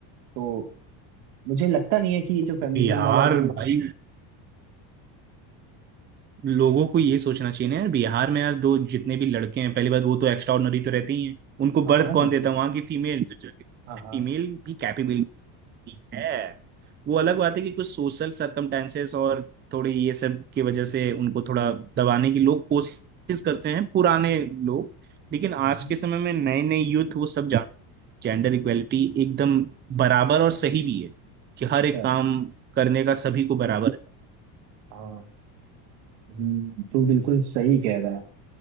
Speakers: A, on the right; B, on the right.
A: तो मुझे लगता नहीं है कि ये जो फेमिनिज्म
B: यार
A: वाला जो
B: भाई लोगों को ये सोचना चाहिए ना यार बिहार में यार दो जितने भी लड़के हैं पहली बात वो तो एक्स्ट्रा ऑर्डिनरी तो रहते ही हैं उनको
A: हाँ
B: बर्थ
A: हाँ
B: कौन
A: बिल्कुल
B: देता
A: बिल्कुल।
B: है वहां की फीमेल तो
A: हाँ
B: फीमेल
A: हाँ
B: भी कैपेबिलिटी है वो अलग बात है कि कुछ सोशल सर्कमटेंसेस और थोड़े ये सब की वजह से उनको थोड़ा दबाने की लोग कोशिश करते हैं पुराने लोग लेकिन
A: हम्म,
B: आज के समय में नए नए यूथ वो सब जान जेंडर इक्वेलिटी एकदम बराबर और सही भी है कि हर
A: अच्छा
B: एक काम करने का सभी को बराबर
A: हाँ हम्म, तू बिल्कुल सही कह रहा है